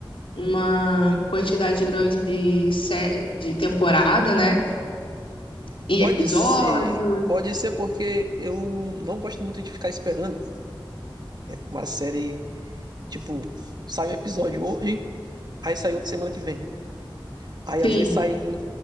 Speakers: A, on the left; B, on the right.
A: uma quantidade grande de, sé... de temporada, né? E
B: Pode
A: episódios.
B: ser, pode ser porque eu não gosto muito de ficar esperando uma série, tipo, sai um episódio hoje, aí sai outro semana que vem. Aí
A: Sim,
B: às vezes sai